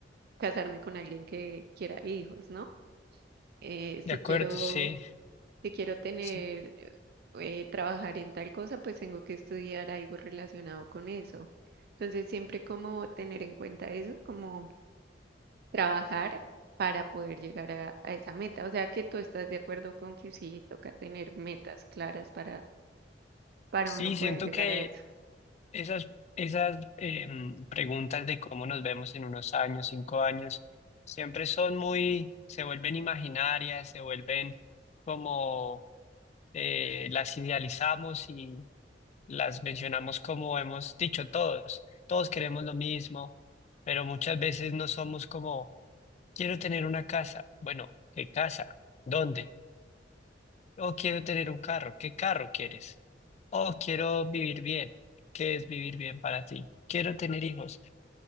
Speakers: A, on the right; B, on the left.
A: casarme con alguien que quiera hijos, ¿no? eh,
B: De
A: si
B: acuerdo,
A: quiero,
B: sí.
A: si quiero tener,
B: Sí,
A: eh, eh, trabajar en tal cosa, pues tengo que estudiar algo relacionado con eso. Entonces, siempre como tener en cuenta eso, como trabajar para poder llegar a, a esa meta. O sea, que tú estás de acuerdo con que sí, toca tener metas claras para, para
B: sí,
A: uno poder
B: siento
A: llegar
B: que
A: a eso.
B: esas, esas em, preguntas de cómo nos vemos en unos años, cinco años, siempre son muy, se vuelven imaginarias, se vuelven como eh, las idealizamos y las mencionamos como hemos dicho todos. Todos queremos lo mismo, pero muchas veces no somos como, quiero tener una casa. Bueno, ¿qué casa? ¿Dónde? O quiero tener un carro. ¿Qué carro quieres? O quiero vivir bien. ¿Qué es vivir bien para ti? Quiero tener hijos.